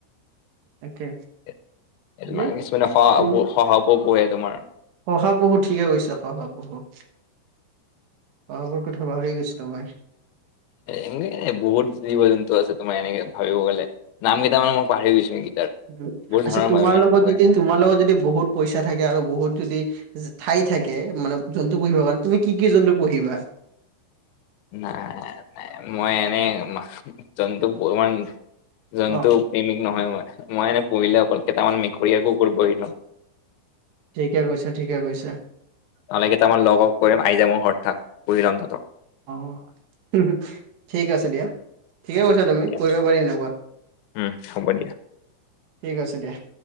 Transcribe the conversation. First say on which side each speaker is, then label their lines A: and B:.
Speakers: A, on the right; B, on the left.
A: তাকে
B: এ কিছুমানে
A: এনে
B: কিছুমানে শহা
A: তুম
B: শহাপহু পোহে তোমাৰ।
A: শহাপহু ঠিকে কৈছা শহাপহু চিৰিক। শহাপহুৰ কথা পাহৰিয়ে গৈছিলো মই।
B: এনে এনেই বহুত জীৱ-জন্তু আছে তোমাৰ এনেকে ভাবিব গ'লে। নাম কেইটামান মই পাহৰি গৈছো সেইকেইটাৰ।
A: হুম উ
B: বহুত ধৰণৰ
A: আচ্ছা তোমাৰ
B: মানুহে
A: লগত
B: পোহে
A: যদি তোমাৰ লগত যদি বহুত পইচা থাকে আৰু বহুত যদি যে ঠাই থাকে মানে জন্তু পু়হিবৰ কাৰণে তুমি কি কি জন্তু পুহিবা?
B: নাই নাই নাই মই এনেই মাছ জন্তু ইমান জন্তু
A: অ
B: প্ৰেমিক নহয় মই, মই এনে পুহিলে অকল কেইটামান মেকুৰীয়ে কুকুৰ পুহিলো।
A: ঠিকে কৈছা ঠিকে কৈছা।
B: এই কেইটামান লগক কৈদিম আহি যা মোৰ ঘৰত থাক পুহি লম তহঁতক।
A: অ অ অ, হুম হুম ইস্ ঠিক আছে দিয়া। ঠিকে কৈছা তুমি
B: দিয়া
A: কৰিব পাৰি এনেকুৱা
B: উম হ'ব দিয়া
A: ঠিক আছে দিয়া।